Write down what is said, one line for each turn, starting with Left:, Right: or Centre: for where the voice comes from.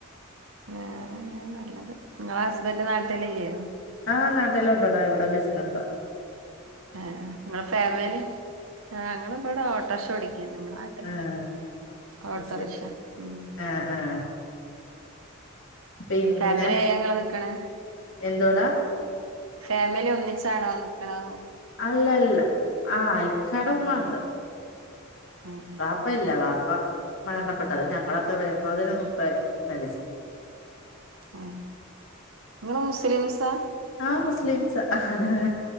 Right: വെറെ എങ്ങനെ നല്ലത് നിങ്ങളെ ഹസ്ബൻഡ് നാട്ടില്ല്ലേ
Left: ആ നാട്ടിലുണ്ടടാ ഇവിടെ ബിസിനസ്സ
Right: ആ നിങ്ങളെ ഫാമിലി ആ ഞങ്ങള് ഇബടെ ഓട്ടർഷ ഓടിക്ക നമ്മള് നാട്ട്ല്ല
Left: ആഹ്
Right: ഓട്ടോറിക്ഷ
Left: അത് ശരി
Right: ഉം
Left: ആഹ് ആഹ് പിന്നെ
Right: ഫാമിലിയായ നിങ്ങള് നിക്ക്ണേ
Left: എന്തോടാ
Right: ഫാമിലി ഒന്നിച്ചാണോ നിക്ക്ണോ
Left: അല്ല അല്ല ഇക്കാടെമ്മണ്ട്
Right: ഉം ഉം
Left: പാപ്പ ഇല്ല പാപ്പ മരണപ്പെട്ടതാ അത് ഞങ്ങളൊക്കെ വരുന്നതിന് മുമ്പേ മരിച്ചു
Right: ഏ നിങ്ങള് മുസ്ലിംസ് സ
Left: ആഹ മുസ്ലിംസാ ഹ ഹ